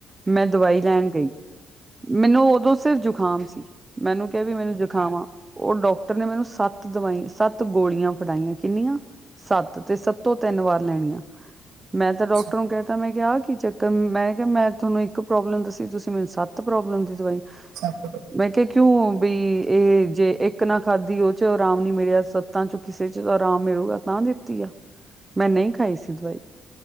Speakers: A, on the right (about 20°); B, on the right (about 85°).
A: ਮੈਂ ਦਵਾਈ ਲੈਣ ਗਈ। ਮੈਨੂੰ ਉਦੋਂ ਸਿਰ ਜੁਕਾਮ ਸੀ, ਮੈ ਓਨੂੰ ਕਿਹਾ ਵੀ ਮੈਨੂੰ ਜੁਕਾਮ ਹਾ, ਉਹ ਡਾਕਟਰ ਨੇ ਮੈਨੂੰ ਸੱਤ ਦਵਾਈ, ਸੱਤ ਗੋਲੀਆਂ ਫੜਾਈਆਂ, ਕਿੰਨੀਆਂ ਸੱਤ ਤੇ ਸੱਤੋਂ ਤਿੰਨ ਵਾਰ ਲੈਣੀਆਂ। ਮੈਂ ਤਾਂ ਡਾਕਟਰ
B: ਅੱਛਾ
A: ਨੂੰ ਕਹਿਤਾ ਮੈਂ ਕਿਹਾ ਐ ਕੀ ਚੱਕਰ ਮੈਂ ਕਿਹਾ, ਮੈਂ ਤੁਹਾਨੂੰ ਇੱਕ ਪ੍ਰੋਬਲਮ ਦੱਸੀ ਤੁਸੀਂ ਮੈਨੂੰ ਸੱਤ ਪ੍ਰੋਬਲਮ ਦੀ ਦਵਾਈ
B: ਸੱਪ ਤੇ- <unintelligible>
A: ਮੈਂ ਕਿਹਾ, ਕਿਉ ਵੀ ਇਹ ਜੇ ਇੱਕ ਨਾ ਖਾਧੀ ਉਹ ਚ ਆਰਾਮ ਨੀ ਮਿਲਿਆ, ਸੱਤਾਂ ਚ ਕਿਸੇ ਚ ਆਰਾਮ ਮਿਲਲੇਗਾ ਤਾਂ ਦਿੱਤੀ ਆ। ਮੈਂ, ਨਹੀਂ ਖਾਈ ਸੀ ਦਵਾਈ।